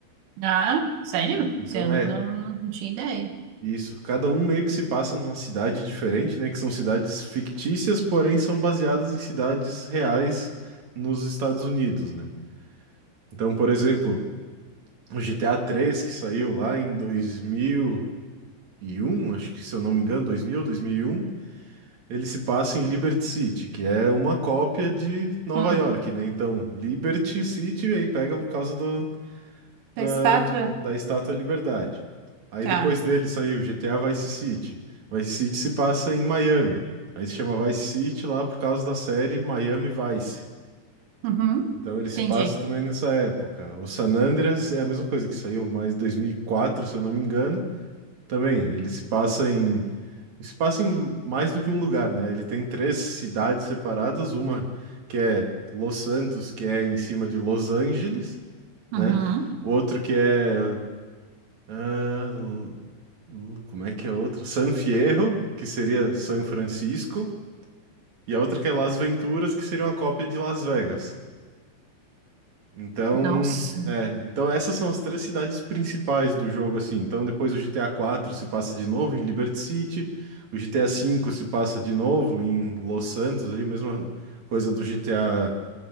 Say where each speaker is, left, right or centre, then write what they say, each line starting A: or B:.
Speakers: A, on the right; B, on the right.
A: Ah, sério?
B: Então,
A: Você não,
B: é
A: não, não tinha ideia.
B: isso. Cada um meio que se passa numa cidade diferente, né? Que são cidades fictícias, porém são baseadas em cidades reais nos Estados Unidos, né? Então, por exemplo, o GTA 3 que saiu lá em dois mil um, acho que se eu não me engano, 2000, 2001, ele se passa em Liberty City, que é uma cópia de Nova
A: Hum,
B: York, né? Então, Liberty City aí pega por causa do, da,
A: da estátua?
B: da Estátua da Liberdade. Aí
A: Tá.
B: depois dele saiu GTA Vice City. Vice City se passa em Miami. Aí se chama Vice City lá por causa da série Miami Vice.
A: Uhum,
B: Então ele se
A: entendi.
B: passa também nessa época. O San Andreas é a mesma coisa que saiu mais 2004, se eu não me engano. Também, ele se passa em se passa em mais do que um lugar, né? Ele tem três cidades separadas, uma que é Los Santos, que é em cima de Los Angeles, né?
A: Uhum.
B: O outro que é. ah, l- l- como é que é outro? San Fierro, que seria San Francisco, e a outra que é Las Venturas, que seria uma cópia de Las Vegas. Então,
A: Nossa.
B: é, então essas são as três cidades principais do jogo, assim. Então depois o GTA 4 se passa de novo em Liberty City, o GTA 5 se passa de novo em Los Santos, ali mesma coisa do GTA